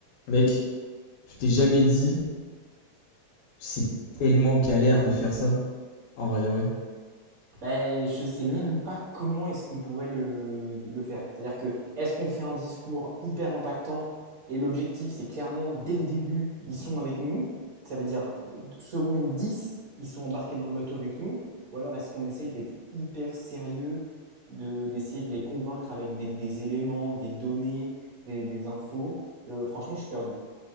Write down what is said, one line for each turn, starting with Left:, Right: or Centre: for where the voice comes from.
Left: Mec, tu t'es jamais dit, c'est tellement galère de faire ça, en vrai de vrai.
Right: Ben, je sais même pas comment est-ce qu'on pourrait le, le faire. C'est-à-dire que est-ce qu'on fait un discours hyper impactant et l'objectif c'est clairement dès le début ils sont avec nous, ça veut dire euh, seconde 10 ils sont embarqués dans le bateau avec nous, ou alors est-ce qu'on essaye d'être hyper sérieux, de, d'essayer de les convaincre avec des, des éléments, des données, des, des infos. Euh, franchement je suis perdu.